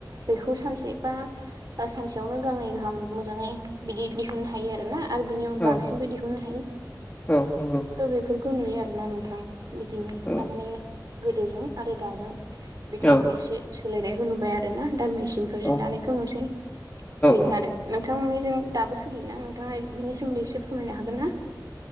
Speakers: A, on the right; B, on the left.
A: बेखौ सानसे बा सानसेयावनो गांनै गाहाम मोजाङै बिदि दिहुननो हायो आरो ना आरो बिनियाव
B: औ
A: बांसिनबो दिहुननो हायो
B: औ नंगौ
A: थ' बेफोरखौ नुयो आरोना नोंथां बिदिनो
B: औ
A: थारमाने गोदोजों आरो दाजों बिदि
B: औ
A: एसे सोलायनायखौ नुबाय आरो ना दा मेचिनफोरजों
B: औ
A: दानायखौ नुसै बेनो
B: औ
A: आरो नोंथांमोननिजों दाबो सोलियोना नोंथाङा बिनि सोमोन्दै एसे फोरमायनो हागोन ना